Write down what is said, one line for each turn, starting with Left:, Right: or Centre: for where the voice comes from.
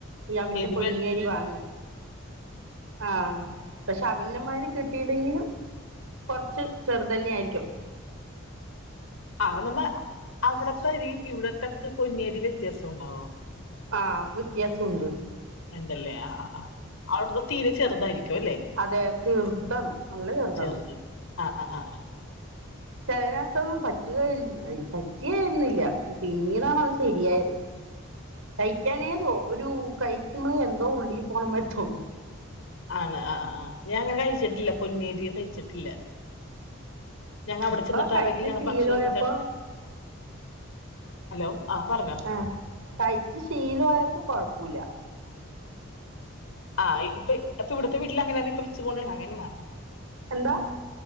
Right: ഈ അവിഞ്ഞ
Left: ഏത്
Right: പൊഞ്ഞരി
Left: വെ
Right: വാങ്ങും ആഹ് പക്ഷെ അവിഞ്ഞമാര് കിട്ടിയില്ലെങ്കിലും കൊറച്ച് ചെറുതന്നെ ആയിരിക്കും
Left: ആ നമ്മ അവിടത്തരിയും ഇവിടത്തെ പൊന്നേരി വ്യത്യാസ ഉണ്ടാവോ
Right: ആ വ്യത്യാസം ഉണ്ട്
Left: ഇണ്ടല്ലേ ആ ആ ആ അവിടുത്തെ തീരെ ചെറുതായിരിക്കും അല്ലെ
Right: അതെ ചെറുതാണ് നല്ല ചെറുതാണ്
Left: ചെറുത് ആ ആ ആ ആ
Right: ചലതിനകത്തൊന്നും പറ്റുക പറ്റായിരുന്നില്ല പിന്നീടാണത് ശരിയായത് കഴിക്കാനേതോ ഒരു കഴിക്കുമ്പളേ എന്തോ ഉള്ളി പോണ മാരി തോന്ന
Left: ആണ് ആ ആ ആ ഞാ അങ്ങനെ കഴിച്ചിട്ടില്ല പൊന്നേരി കഴിച്ചിട്ടില്ല ഞങ്ങ അവിടെ
Right: ഇപ്പ
Left: ചെന്നിട്ടാണെങ്കിൽ
Right: കഴിച്ച
Left: ഞങ്ങ
Right: ശീലായപ്പോ
Left: ഭക്ഷണം വെച്ച ഹലോ ആ പറഞ്ഞോ
Right: ആ കയ്ച്ച് ശീലായപ്പോ കൊഴപ്പില്ല
Left: ആ ഇപ്പ ഇപ്പൊ ഇവിടുത്തെ വീട്ടിൽ അങ്ങനെ ഇപ്പ <unintelligible> പോണേ അങ്ങനെയാണോ
Right: എന്താ